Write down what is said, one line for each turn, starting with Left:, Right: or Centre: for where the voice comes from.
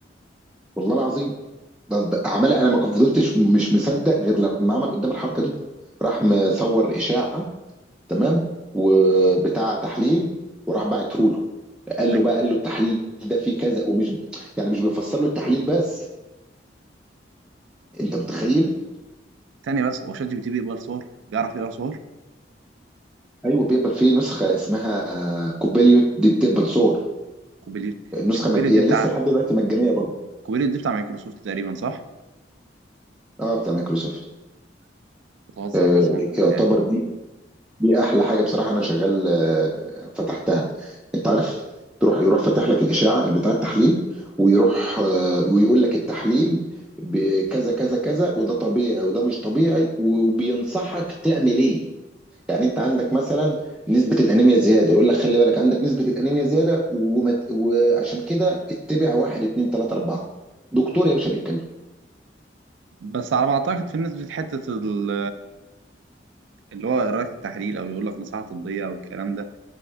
Centre: والله العظيم ده ده عمال انا ما فضلتش مش مصدق غير لما عمل قدام الحركه دي راح مصور اشاعه تمام وبتاع تحليل وراح بعته له قال
Right: ده
Centre: له
Right: ك-
Centre: بقى قال له التحليل ده فيه كذا ومش يعني مش بيفسر له التحليل بس انت متخيل
Right: ثانيه بس هو شات جي بي تي بيقبل صور بيعرف يقرا صور
Centre: ايوه بيقبل فيه نسخه اسمها كوبيليوت دي بتقبل صور
Right: كوبيليت
Centre: النسخه
Right: مش كوبيليت
Centre: مج... يعني
Right: دي بتاع
Centre: لسه لحد دلوقتي مجانيه برضه
Right: كوبيليت دي بتاع مايكروسوفت تقريبا صح؟
Centre: اه بتاع مايكروسوفت
Right: بتهزر
Centre: آه
Right: قسما بالله
Centre: يعتبر دي دي احلى حاجه بصراحه انا شغال آه فتحتها انت عارف تروح يروح فاتح لك الاشاعه بتاع التحليل ويروح آه ويقول لك التحليل بكذا كذا كذا وده طبيعي وده مش طبيعي وبينصحك تعمل ايه يعني انت عندك مثلا نسبة الانيميا زيادة يقول لك خلي بالك عندك نسبة الانيميا زيادة ومت... وعشان كده اتبع واحد اتنين تلاتة اربعة دكتور يا باشا بيتكلم
Right: بس على ما اعتقد في ناس في حته ال- اللي هو قراءة التحليل او يقول لك نصيحه طبيه او الكلام ده